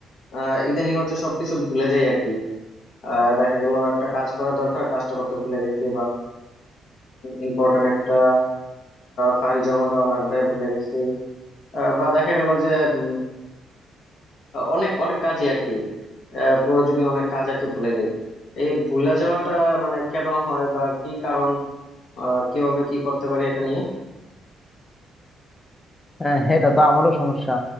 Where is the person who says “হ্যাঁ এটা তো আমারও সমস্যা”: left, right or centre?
Left